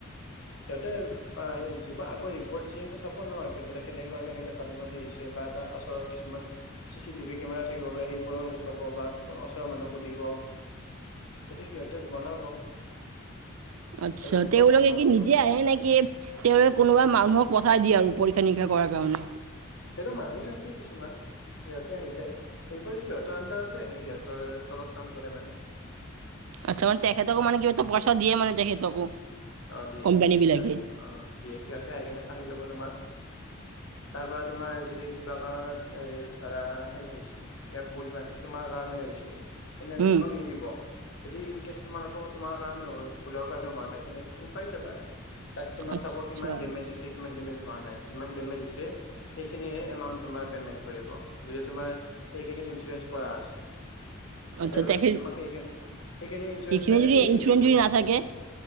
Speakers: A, on the left; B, on the right.
A: সিহঁতে আ ই আগৰ ৰিপৰ্ট আ স চাব নবোলে কেনেকুৱা কেনেকুৱা ধৰণৰ আহিছে বা তাৰ ওচৰত কিছুমান চি চি টিভি কেমেৰা থাকিব পাৰে। সেইবোৰ লব বা ওচৰৰ মানুহক সুধিব- এইটো সিহঁতে বনাব
B: আচ্ছা
A: সেইটোৰ ওপৰত
B: তেওঁলোকে
A: কথা
B: কি
A: হ'ব
B: নিজে আহে নেকি তেওঁোক কোনোবা মানুহক পঠাই দিয়ে আৰু পৰীক্ষা নিৰীক্ষা কৰাৰ কাৰণে
A: সেইটো মানুহ থাকি কিছুমান। সিহঁতে আহি যায় সেইব সিহঁতৰ আডাৰতে আহে সিহঁতৰ তলত কাম কৰে মানে।
B: আচ্ছা মানে তেখেতকো মান কিবা এটা পইচা দিয়ে মানে তেখেতকো
A: অ দিয়ে
B: কোম্পানী বিলাকে
A: সিহত অ দিয়ে সিহঁতে আহি কিনে চাই লব তোমাৰ- তাৰ পৰা তোমাৰ যদি কিবা কাৰণত এ ধৰা হেৰি হৈছে। ফুল ভ্ৰান্তি তোমাৰ কাৰণে হৈছে। তেনেহলে
B: উম
A: তোমাক নিদিব যদি ইন কেচ তোমাৰ আকৌ তোমাৰ কাৰণে ফুলৰ কাৰণে হোৱা নাই তেনেহ'লে পাই যাবা তাত তোমাৰ
B: আচ্ছা
A: চাব কিমান ডেমেজছেজ হৈছে তোমাৰ ডেমেজ হোৱা নাই, কিমান ডেমেজ হৈছে সেইখিনিহে তোমাৰ পেমেন্ট কৰিব। যদি তোমাৰ সেইখিনি ইঞ্চুৰেঞ্চ কৰা আছে
B: আচ্ছা
A: আদৰৱাইজ
B: তেখেত
A: তোমাক সেইিন সেইখিনি ইঞ্চুৰেঞ্চ
B: সেইখিনি
A: নাই
B: যদি
A: য সেইখিনো
B: ইঞ্চুৰেঞ্চ
A: পইচা
B: যদি নাথাকে
A: দিব।